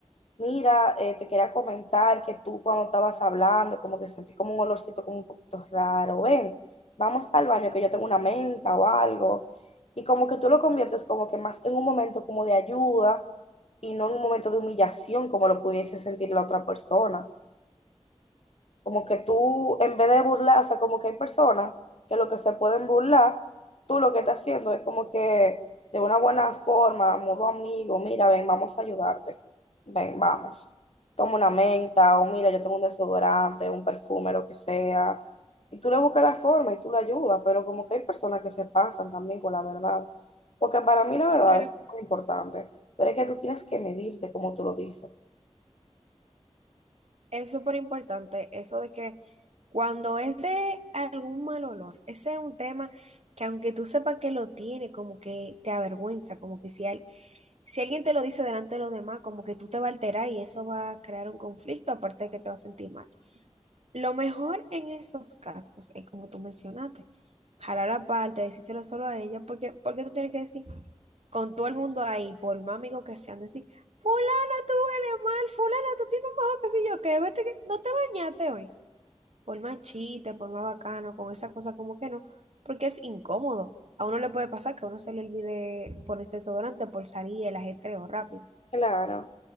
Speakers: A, on the left; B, on the right.
A: Mira, eh, te quería comentar que tú cuando estabas hablando, como que sentí como un olorcito como un poquito raro. Ven, vamos al baño que yo tengo una menta o algo. Y como que tú lo conviertes como que más en un momento como de ayuda y no en un momento de humillación como lo pudiese sentir la otra persona como que tú, en vez de burlar, o sea, como que hay personas que lo que se pueden burlar, tú lo que estás haciendo es como que de una buena forma, modo amigo, mira, ven, vamos a ayudarte, ven, vamos, toma una menta, o mira, yo tengo un desodorante, un perfume, lo que sea, y tú le buscas la forma y tú le ayudas, pero como que hay personas que se pasan también con la verdad, porque para mí la verdad
B: Pero
A: es muy importante, pero es que tú tienes que medirte como tú lo dices.
B: es súper importante eso de que cuando es de algún mal olor, ese es un tema que aunque tú sepas que lo tiene, como que te avergüenza, como que si, hay- Si alguien te lo dice delante de los demás, como que tú te vas a alterar y eso va a crear un conflicto, aparte de que te vas a sentir mal. Lo mejor en esos casos es como tú mencionaste, jalar aparte, decírselo solo a ella, porque, porque tú tienes que decir con todo el mundo ahí, por más amigos que sean, decir, fulana, tú eres mal, fulana, tú tienes un bajo, qué sé yo, que vete que no te bañaste hoy. Por más chiste, por más bacano, con esa cosa como que no, porque es incómodo. A uno le puede pasar que a uno se le olvide ponerse desodorante por salir el ajetreo rápido
A: Claro,